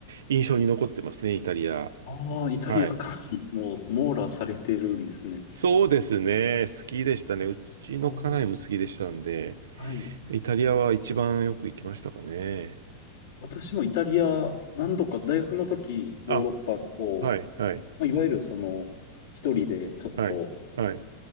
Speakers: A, on the right; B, on the left.
A: 印象に残ってますね、イタリア。
B: ああ、イタリアか。
A: はい。
B: <laughs> もう、網羅されてるんですね。
A: そうですね。好きでしたね。うちの家内も好きでしたんで、
B: ああ、はい。
A: イタリアは一番よく行きましたかね。
B: 私もイタリア、何度か大学の時、ヨーロッパの方
A: あ、はい、はい、
B: まあ、いわゆるその、一人でちょっと、
A: はい、はい、